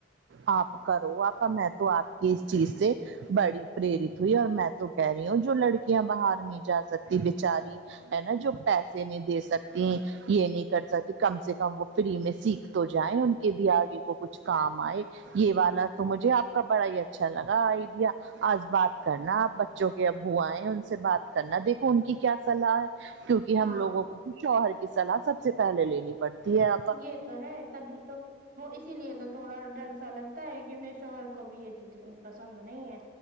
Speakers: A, on the right; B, on the right.
A: آپ کرو آپا میں تو آپ کے اس چیز سے بڑی پریرت ہوئی اور میں تو کہہ رہی ہوں جو لڑکیاں باہر نہیں جا سکتی بچاری ہے نا جو پیسے نہیں دے سکتی یہ نہیں کر سکتی کم سے کم وہ فری میں سیکھ تو جائےیں ان کے بھی آگے کو کچھ کام آئے یہ والا تو مجھے آپ کا بڑا ہی اچھا لگا آئیڈیا آج بات کرنا آپ بچوں کے ابو آئے ان سے بات کرنا دیکھو ان کی کیا صلاح کیونکہ ہم
B: ہاں
A: لوگوں کو بھی شوہر کی صلاح سب سے پہلے لینی پڑتی ہے اور
B: یہ تو ہے تبھی تو وہ اسی لیے تو تھوڑا ڈر سا لگتا ہے کہ میں شوہر کو بھی یہ چیز اتنی پسند نہیں ہے